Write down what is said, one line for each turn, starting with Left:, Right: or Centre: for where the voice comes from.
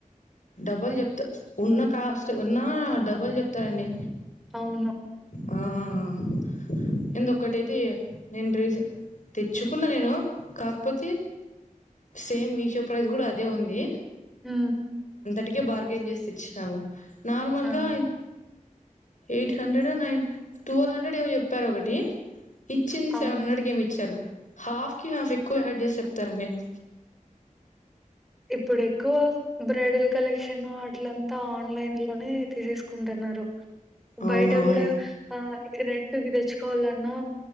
Left: డబ్బుల్ చెప్తా ఉన్నా కాస్ట్ ఉన్నా డబ్బుల్ చెప్తారండి
Centre: అవును
Left: ఆ <unintelligible> నేను రీ తెచ్చుకున్న నేను కాకపోతే సేమ్ మీషో ప్రైస్ కూడ అదే ఉంది
Centre: ఉ
Left: టికే బర్గేన్ జేసి తెచ్చాము, నార్మల్
Centre: ఆ
Left: గా ఎయిట్ హండ్రెడ్ నైన్. టువేలు హండ్రెడ్ ఏమొ జేప్పారొకటి, ఇచ్చింది
Centre: అవును
Left: సెవెన్ హండ్రెడ్కెమొ ఇచ్చారు. హాఫ్ కి హాఫ్ ఎక్కువ యాడ్ జేస్ చెప్తారండి. !
Centre: ఇప్పుడెక్కువ బ్రైడల్ కలెక్షన్, అట్లంతా ఆన్లైన్ లోనే. తీసేస్కుంటన్నారు.
Left: అవునవును
Centre: బయట గూడా ఆ రెంటుగి తెచ్చుకోవాలన్నా